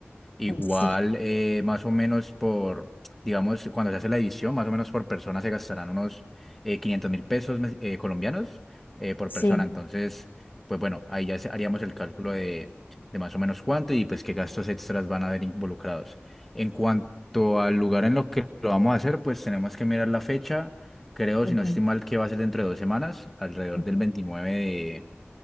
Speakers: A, in the centre; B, on the left.
A: Igual,
B: Sí,
A: eh, más o menos por, digamos, cuando se hace la edición, más o menos por persona se gastarán unos eh, quinientos mil pesos mes- eh, colombianos eh, por
B: sí.
A: persona. Entonces, pues bueno, ahí ya se- haríamos el cálculo de, de más o menos cuánto y pues qué gastos extras van a haber involucrados. En cuanto al lugar en lo que lo vamos a hacer, pues tenemos que mirar la fecha. Creo,
B: ujú,
A: si no estoy mal, que va a ser dentro de dos semanas, alrededor
B: ujú.
A: del 29